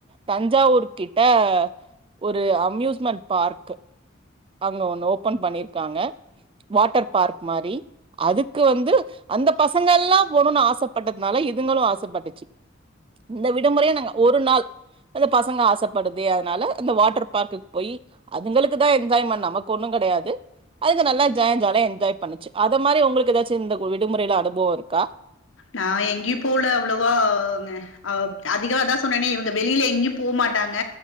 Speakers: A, on the right; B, on the left.
A: தஞ்சாவூர் கிட்ட ஒரு அம்யூஸ்மெண்ட் பார்க்கு அங்க ஒன் ஓபன் பண்ணிருக்காங்க வாட்டர் பார்க் மாரி அதுக்கு வந்து அந்த பசங்க எல்லா போணுனு ஆசைப்பட்டதுனால இதுங்களும் ஆசைப்பட்டுச்சு இந்த விடுமுறைய நாங்க ஒரு நாள் அந்த பசங்க ஆசைப்படுதே அதனால அந்த வாட்டர் பார்க்குக்கு போய் அதுங்களுக்குதா என்ஜாய்மெண்ட் நமக்கு ஒன்னும் கெடையாது அதுங்க நல்லா ஜாயும் ஜாலியா என்ஜாய் பண்ணுச்சு அத மாரி உங்களுக்கு ஏதாச்சும் இந்த விடுமுறையில அனுபவம் இருக்கா
B: நா எங்கேயும் போல அவ்வளோவா ந அ அதிகா அதா போனனே இவங்க வெளில எங்கயும் போ மாட்டாங்க